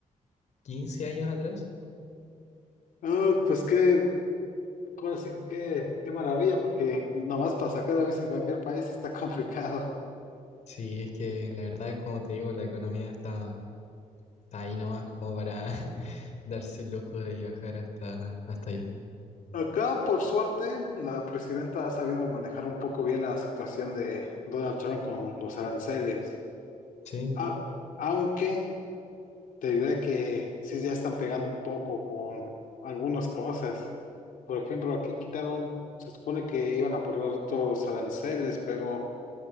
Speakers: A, on the left; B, on the left.
A: 15 años atrás.
B: Ah, pues qué, ahora sí que qué, qué maravilla, porque nomás para sacar la visa en cualquier país está <laughs> complicado.
A: Sí, es que la verdad, como te digo, la economía está, está ahí nomás como para <laughs> darse el lujo de viajar hasta, hasta allá.
B: Acá, por suerte, la presidenta ha sabido manejar un poco bien la situación de Donald Trump con los aranceles.
A: Sí,
B: A- aunque te diré que sí ya están pegando un poco con algunas cosas. Por ejemplo, aquí quitaron, se supone que iban a probar todos los aranceles, pero